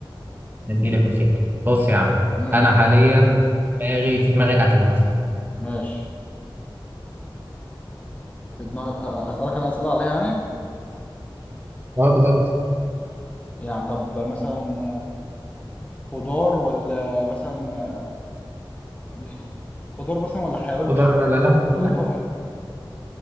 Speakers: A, on the right; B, on the left.
A: نديلك مثال بص يا عم
B: امم
A: انا حاليا دماغي في دماغي اكله مثلا
B: ماشي في دماغ أ- أ- اسالك انا اسئله عليها يعني
A: اه بالظبط
B: يعني طب مثلا آه، خضار ولا مثلا آه، <laughs> خضار مثلا ولا حيوان
A: خضار
B: بناكله
A: ولا لحم مثلا
B: ولا طائر